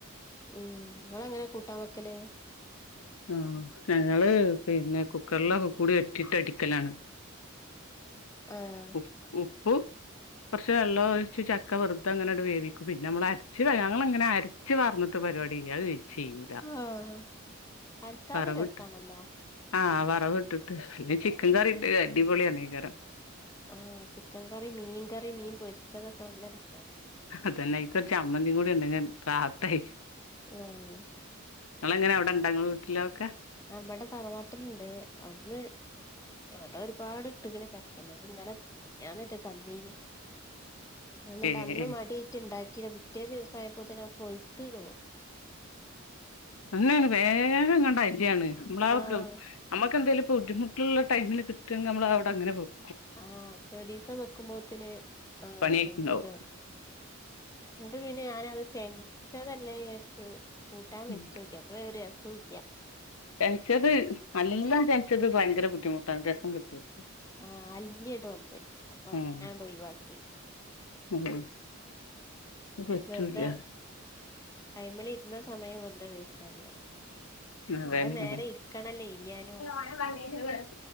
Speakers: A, on the left (about 15°); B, on the left (about 85°).
A: ഉം ങ്ങളെങ്ങനെ കൂട്ടാൻ വെക്കല്
B: ആഹ് ഞങ്ങള് പിന്നെ കുക്കറിലൊക്കെകൂടി ഇട്ടിട്ട് അടിക്കലാണ്. <unintelligible>
A: ആഹ്
B: <unintelligible> കൊറച്ച് വെള്ളം ഒഴിച്ച് ചക്ക വെറുതെ അങ്ങനെട് വേവിക്കും പിന്നെ നമ്മള് അരച്ച് ഞങ്ങ ങ്ങനെ അര റ്റ് വാ ർന്നിട്ട് പരിപാടില്ലേ അത് ചെയ്യൂല.
A: ആഹ് അരക്കാതെ
B: വറവട്ട്
A: രസാണല്ലോ
B: ആഹ് വറവ്ട്ടിട്ട് അല്ലെങ്കി ചിക്കൻ
A: ഉം
B: കറിട്ട് അടിപൊളിയാണേക്കാരം.
A: ആഹ് ചിക്കൻ കറി മീൻ കറി മീൻ പൊരിച്ചതൊക്കെ നല്ല രസാണ്.
B: അതെന്നെ അയ്ക്ക് ഒരു ചമ്മതി കൂടെണ്ടെങ്കി റാഹത്തായി.
A: ആഹ്
B: ങ്ങളെങ്ങനെ അവടെണ്ടാ ഇങ്ങളെ വീട്ടില ലൊക്കെ
A: ആഹ് ഇവടെ തറവാട്ടിലിണ്ട് അവിടുന്ന് വടെ ഒരുപാട് ഇട്ട്ക്ണ് ചക്ക ന്നിട്ട് ഇന്നലെ ഞാ ന്നിട്ട് തന്നീനി എന്നിട്ട്
B: ഏഹ്
A: അന്ന് മടി റ്റ് ഉണ്ടാക്കിന പിറ്റേ ദിവസായപ്പോതിന് അത് പൊയ്ത്ത് തോന്നും.
B: അങ്ങെയാണ് വേഗങ്ങട്ട് അയ്ല്യാണ് നമ്മളാ <unintelligible>
A: ആഹ്
B: നമുക്കെന്തെങ്കിലും ബുദ്ധിമുട്ടുള്ള ടൈമിന് കിട്ടോങ്കി നമ്മള് അവിടങ്ങനെ പോവും
A: ആഹ് ചൊരീസം വെക്കുമ്പോത്തിന് ആഹ്
B: പണിയായിട്ടുണ്ടാവും
A: പൊയ്ക്ക. ന്നിട്ട് പിന്നെ ഞാനത് തേങ്ങരച്ചതല്ലേ ചാരിച്ച് കൂട്ടാൻ
B: ഉം
A: വെച്ചു. ക്യപ്പൊ ഒരു രസോല്ല.
B: ചെനച്ചത് നല്ലചെനച്ചത് ഭയങ്കര ബുദ്ധിമുട്ടാണ് രസം കിട്ടൂ ല
A: ആഹ് അലിഞ്ഞിട്ട ന്ന് അപ്പൊ
B: ഉം
A: ഞാനണ്ട് ഒഴിവാക്കി.
B: ഉം അത് പറ്റൂല
A: വെറുതെ അയിമ്മൽ ഇരുന്ന സമയം വെറുതെ വേസ്റ്റ് ആയി പറയാ
B: അതെ
A: കൊറേ നേരം
B: അതെ
A: ഇരിക്കണല്ലേ എരിയാനും.
B: <inaudible>